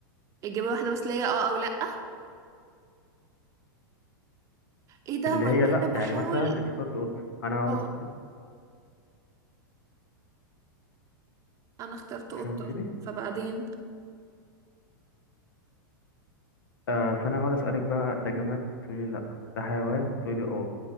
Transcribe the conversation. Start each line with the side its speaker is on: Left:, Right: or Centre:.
Right: إجابة واحدة بس ليا اه أو لأ ايه ده
Left: اللي
Right: ولا
Left: هي لأ
Right: أنا بحاول
Left: يعني مثلا أنت اخترت قطة أنا هقعد
Right: اه
Left: أسألك
Right: أنا اخترت قطة
Left: فهمتني؟
Right: فبعدين
Left: آه فأنا هقعد أسألك بقى ده جماد تقولي لأ ده حيوان تقولي اه